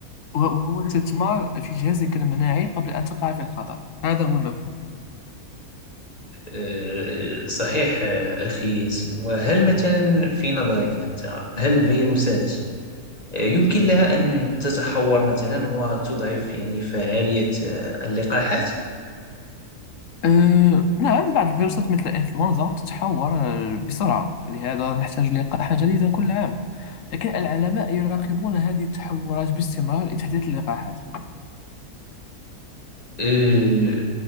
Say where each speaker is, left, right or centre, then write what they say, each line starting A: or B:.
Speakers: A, on the left; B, on the left.
A: وهو استثمار في جهازك المناعي قبل أن تقع في الخطر هذا هو المفهوم
B: آه، آه، صحيح آه، أخي ياسين وهل مثلا في نظرك أنت هل الفيروسات آه، يمكن لها أن تتحور مثلا وتضعف يعني فعالية آه، اللقاحات
A: أه، نعم بعض الفيروسات مثل الإنفلونزا تتحور أه، بسرعة لهذا نحتاج لقاحا جديدا كل عام لكن العلماء يراقبون هذه التحورات باستمرار لتحديث اللقاحات
B: آه،